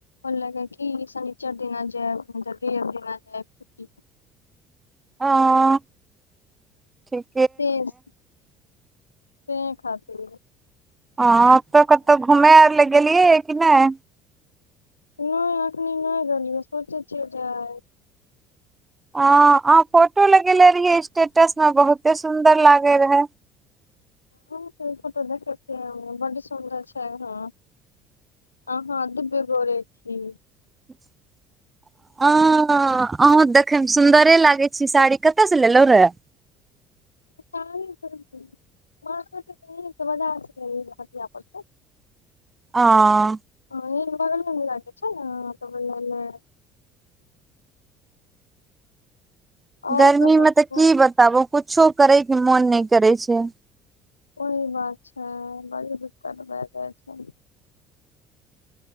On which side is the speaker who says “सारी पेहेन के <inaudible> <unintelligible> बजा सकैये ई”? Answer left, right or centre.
Left